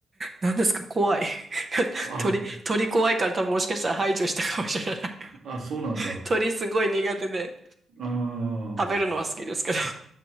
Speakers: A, on the right; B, on the right.
A: 何ですか怖い。<laughs>
B: あ、
A: 鳥、鳥怖いから多分もしかしたら排除したかもしれない。<laughs>
B: あ、そうなんだ。
A: 鳥すごい苦手で、
B: ああ、
A: 食べるのは好きですけど。